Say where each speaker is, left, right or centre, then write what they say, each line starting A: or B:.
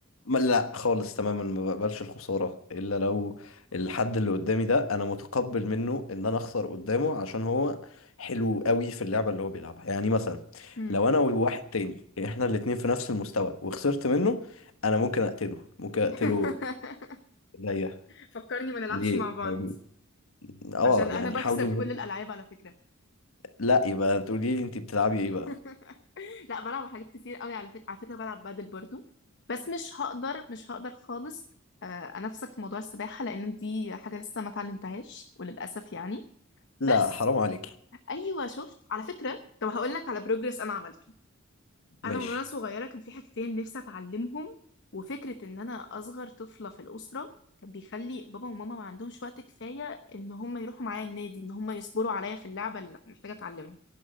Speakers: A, on the left; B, on the left.
A: ما لا خالص تماما ما بقبلش الخساره الا لو الحد اللي قدامي ده انا متقبل منه ان انا اخسر قدامه عشان هو حلو قوي في اللعبه اللي هو بيلعبها يعني مثلا
B: مم.
A: لو انا وواحد تاني احنا الاتنين في نفس المستوى وخسرت منه انا ممكن اقتله ممكن اقتله
B: <laughs>
A: زيه
B: فكرني ما نلعبش
A: ليه
B: مع بعض
A: طيب، اه
B: عشان انا
A: يعني
B: بكسب
A: حاولي إنك-
B: كل الالعاب على فكره
A: لا يبقى تقولي لي انت بتلعبي ايه بقى
B: <laughs> لا بلعب حاجات كتير قوي على فكرة على فكرة بلعب بادل برضو بس مش هقدر مش هقدر خالص آه، انافسك في موضوع السباحة لان دي حاجة لسه ما اتعلمتهاش وللاسف يعني
A: لا
B: بس
A: حرام عليكي
B: ايوه شفت على فكرة طب هقول لك على بروجرس انا عملته
A: ماشي
B: انا من وانا صغيرة كان في حاجتين نفسي اتعلمهم وفكرة ان انا اصغر طفلة في الأسرة كان بيخلي بابا وماما ما عندهمش وقت كفاية ان هم يروحوا معايا النادي ان هم يصبروا عليا في اللعبة اللي محتاجة اتعلمها